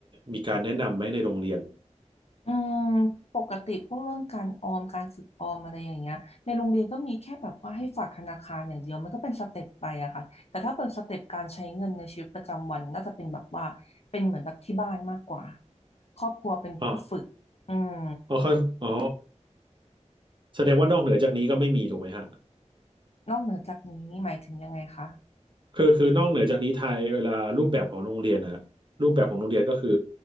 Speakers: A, on the right; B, on the left.
A: มีการแนะนำไหมในโรงเรียน
B: อืมปกติพวกเรื่องการออมการฝึกออมอะไรอย่างเงี้ยในโรงเรียนก็มีแค่แบบว่าให้ฝากธนาคารอย่างเดียวมันก็เป็นสเต็ปไปอะค่ะแต่ถ้าเปิดสเต็ปการใช้เงินในชีวิตประจำวันน่าจะเป็นแบบว่าเป็นเหมือนแบบที่บ้านมากกว่าครอบครัวเป็นผู้ฝึกอืม
A: อ๋ออ๋อเขาอ๋อแสดงว่านอกเหนือจากนี้ก็ไม่มีถูกไหมฮะ
B: นอกเหนือจากนี้หมายถึงยังไงคะ
A: คือคือนอกเหนือจากนี้ไทยเวลารูปแบบของโรงเรียนนะรูปแบบของโรงเรียนก็คือ